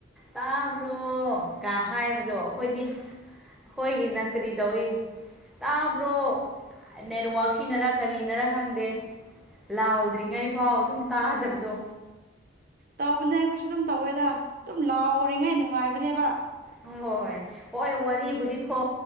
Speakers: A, in the centre; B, on the right (about 50°).
A: ꯇꯥꯕ꯭ꯔꯣꯒ ꯍꯥꯏꯕꯗꯣ ꯑꯩꯈꯣꯏꯗꯤ ꯍ ꯍꯣꯏꯒꯤꯅ ꯀꯔꯤ ꯇꯧꯏ ꯇꯥꯕ꯭ꯔꯣ ꯅꯦꯠꯋꯥꯛ ꯁꯤꯅꯔꯛ ꯀꯔꯤꯅꯔ ꯈꯪꯗꯦ ꯂꯥꯍꯧꯗ꯭ꯔꯤꯉꯩꯐꯥꯎ ꯑꯗꯨꯝ ꯇꯥꯗꯕꯗꯣ
B: ꯇꯧꯕꯅꯦ ꯑꯩꯈꯣꯏꯁꯨ ꯑꯗꯨꯝ ꯇꯧꯋꯦꯗ ꯑꯗꯨꯝ ꯂꯥꯎꯔꯤꯉꯥꯏ ꯅꯨꯡꯉꯥꯏꯕꯅꯦꯕ
A: ꯍꯪ ꯍꯣꯏ ꯍꯣꯏ ꯍꯣꯏ ꯋꯥꯔꯤꯕꯨꯗꯤꯈꯣ